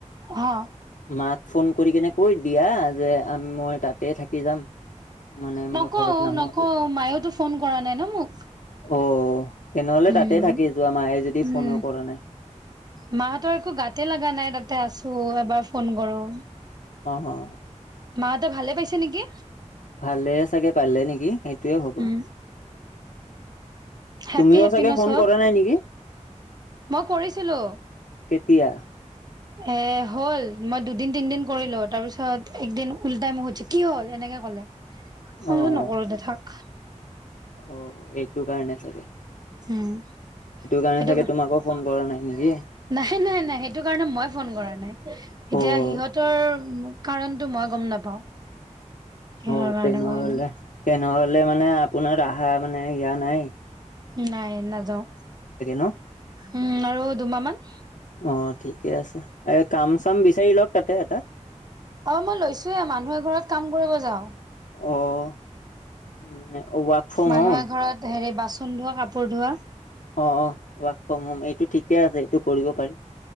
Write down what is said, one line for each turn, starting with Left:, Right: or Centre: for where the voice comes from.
Right: হা?
Left: মাক ফোন কৰি কিনে কৈ দিয়া যে আমি মই তাতে থাকি যাম। মানে মই
Right: নকওঁ,
Left: ঘৰত নাহো
Right: নকওঁ
Left: আৰু।
Right: মায়োটো ফোন কৰা নাই ন মোক।
Left: অ', তেনেহ'লে
Right: উম।
Left: তাতে থাকি যোৱা মায়ে যদি
Right: উম,
Left: ফোনো কৰা নাই।
Right: মাহঁতৰ একো গাতে লগা নাই তাতে আছো এবাৰ ফোন কৰোঁ।
Left: অ', হা।
Right: মাহঁতে ভালে পাইছে নেকি?
Left: ভালে চাগে পাৰিলে নেকি সেইটোয়ে হ'ব।
Right: উম। হেপি
Left: তুমিও
Right: হেপি
Left: চাগে,
Right: ন
Left: ফোন
Right: চব
Left: কৰা নাই নেকি?
Right: মই কৰিছিলো।
Left: কেতিয়া?
Right: এ হ'ল মই দুদিন তিনদিন কৰিলো। তাৰ পিছত একদিন উল্টাই মুক খুধিছে কি হ'ল, এনেকে ক'লে। ফোনটো
Left: অ' অ'
Right: নকৰো দে থাক।
Left: অ', এইটো কাৰণে চাগে।
Right: উম,
Left: কাৰণে
Right: সেইটো
Left: চাগে
Right: কাৰণে।
Left: তোমাকো ফোন কৰা নাই নেকি?
Right: নাই-নাই-নাই সেইটো কাৰণে মই ফোন কৰা নাই। এতিয়া
Left: অ'
Right: সিহঁতৰ কাৰণটো মই গম নাপাওঁ। কিহৰ
Left: অ',
Right: কাৰণে
Left: তেনেহলে,
Right: কৰা নাই।
Left: তেনেহলে মানে আপোনাৰ আহা মানে ইয়া নায়েই।
Right: নাই নাযাওঁ।
Left: ন
Right: উম, আৰু দুমাহ মান।
Left: অ', ঠিকে আছে। এ কাম চাম বিচাৰি লওক তাতে এটা।
Right: অ', মই লৈছোয়ে মানুহে ঘৰত কাম কৰিব যাওঁ।
Left: অ', মানে ৱৰ্ক ফ্ৰম
Right: মানুহে
Left: হোম
Right: ঘৰত হেৰি বাচন ধোৱা, কাপোৰ ধোৱা।
Left: অ', অ', ৱৰ্ক ফ্ৰম হোম এইটো ঠিকে আছে। এইটো কৰিব পাৰি।